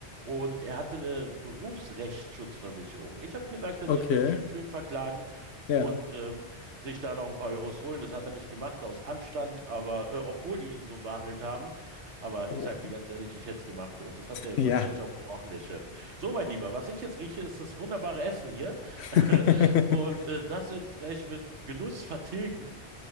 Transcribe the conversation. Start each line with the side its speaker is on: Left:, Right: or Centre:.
Right: Und er hatte eine Berufsrechtsschutzversicherung. Ich habe gesagt, er
Left: okay.
Right: soll seinen Chef schön verklagen
Left: Ja.
Right: und ähm, sich da noch ein paar Euros holen. Das hat er nicht gemacht, aus Anstand, aber äh, obwohl die ihn so behandelt haben. Aber
Left: Oh,
Right: ich sage dir ganz ehrlich, ich hätte es gemacht. Und das hat er
Left: ja.
Right: wahrscheinlich auch gerochen, der Chef. So, mein Lieber, was ich jetzt rieche, ist das wunderbare Essen hier.
Left: <laughs>
Right: <laughs> Und äh, das werde ich gleich mit Genuss vertilgen.